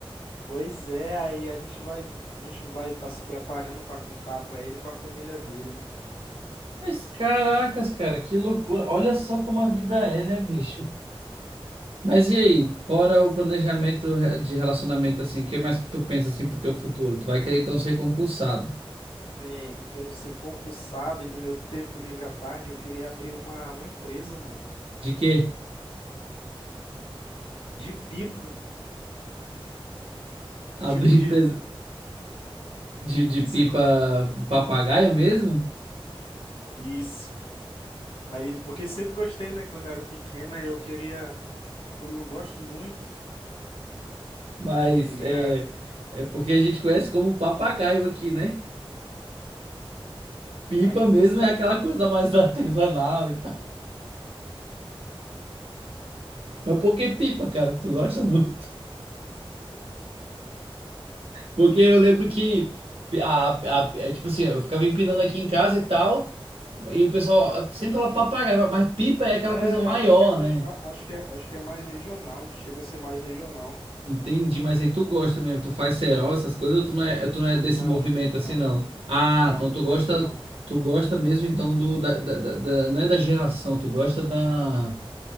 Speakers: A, on the left; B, on the right.
A: Pois é, aí a gente vai, a gente vai estar se preparando pra contar pra ele e pra família dele.
B: Mas caracas, cara, que loucura. Olha só como a vida é, né, bicho? Mas e aí, fora o planejamento re- de relacionamento assim, o que mais que tu pensa assim pro teu futuro? Tu vai querer então ser concursado.
A: É, eu quero ser concursado e no meu tempo livre à tarde eu queria abrir uma, uma empresa, mano,
B: De quê?
A: de pipa,
B: Abrir
A: tipo de...
B: empresa de, de pipa
A: sei co-
B: de papagaio mesmo?
A: Isso. Aí, porque sempre gostei, né? Quando eu era pequena, eu queria, como eu gosto muito,
B: Mas
A: eu queria...
B: é, é porque a gente conhece como papagaio aqui, né? Pipa
A: Aí na
B: mesmo
A: tua cidade?
B: é aquela coisa mais <laughs> artesanal e Mas por que pipa, cara? Tu gosta <laughs> muito? Porque eu lembro que, a, a, é tipo assim, eu ficava empinando aqui em casa e tal, e o pessoal sempre fala papagaio, mas pipa é aquela
A: É, é,
B: coisa maior,
A: acho que é, acho,
B: né?
A: a- acho que é, acho que é mais regional, chega a ser mais regional.
B: Entendi, mas aí tu gosta mesmo, tu faz cerol, essas coisas, ou tu não é, tu não é desse
A: Não,
B: movimento
A: não,
B: assim, não? Ah,
A: não,
B: então
A: não
B: tu
A: gosto
B: gosta,
A: não.
B: tu gosta mesmo então do, da, da, da- da- não é da geração, tu gosta da,